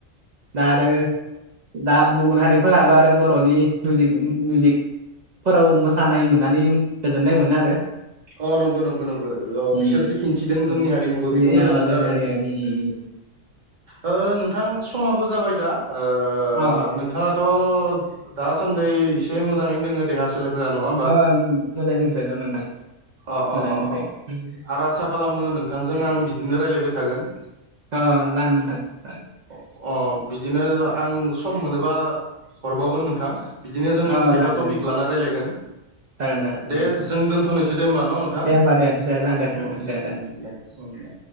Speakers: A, on the right; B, on the right.
A: दा आरो दा गुबुन हारिफोराबो आरो बर'नि दुइक मिउजिक फोराव मोसानाय नुनानै गोजोननाय मोनो आरो
B: अह नंगौ नंगौ नंगो अह
A: उम
B: बिसोर जिखिनि थिदों जोंनि हारिमुखौ बेखौ
A: जोंनि
B: मोजां
A: अ
B: मोनो
A: जोंनि
B: आरो
A: हारिया उम उम उम।
B: ओ नोंथां समाबो जाबाय दा ओ
A: अह अह
B: नोंथाङाथ' दासान्दि एसे मोजाङैनो दोङो देहा सो सोलोफोरा नङा होमबा
A: ओ मोजाङै नंथ'यो र नोंथां
B: अह अह
A: मोजाङै
B: अह
A: दंथ'यो
B: अह आरो आसा खालामो नोंथांजों आं बिदिनो रायलायबाय थागोन
A: औ जागोन नोंथां
B: अह बिदिनो आं सम मोनोबा हरबावगोन नोंथां बिदिनो जों
A: अ
B: खायफा
A: जागोन
B: टपिक
A: दे नोंथां
B: लाना रायलायगोन
A: जागोन जागोन
B: दे
A: उम उम
B: जों दोनथ'नोसै दे होमबा न' नोंथां
A: दे होमबा दे दे जागोन दे
B: उम
A: नोंथां दे
B: उम दे उम दे